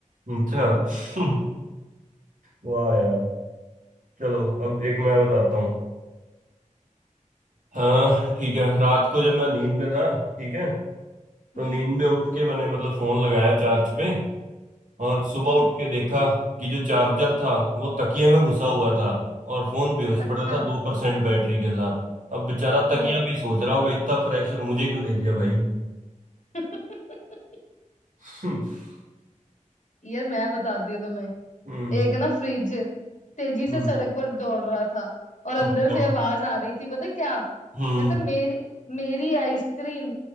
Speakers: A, on the right; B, on the left.
A: अच्छा <laughs> वाह यार चलो अब एक मैं बताता हूँ हाँ ठीक है रात को जब मैं नींद में था ठीक है तो
B: हम्म
A: नींद में उठ के मैंने मतलब फोन लगाया चार्ज पे और सुबह
B: हम्म
A: उठ के देखा कि जो चार्जर था वो तकिए में घुसा हुआ था और फोन बेहोश
B: अच्छा
A: पड़ा था दो परसेंट बैटरी के साथ अब बेचारा
B: ओ
A: तकिया भी सोच रहा होगा इतना प्रेशर मुझे क्यों दे दिया भाई
B: <laughs>
A: <laughs>
B: यार मैं बताती हूँ तुम्हें
A: हम्म
B: एक ना फ्रिज तेजी
A: हम्म
B: से सड़क पर दौड़ रहा था और अंदर
A: अच्छा
B: से आवाज आ रही थी पता क्या कहता
A: हम्म
B: मेरी मेरी आइसक्रीम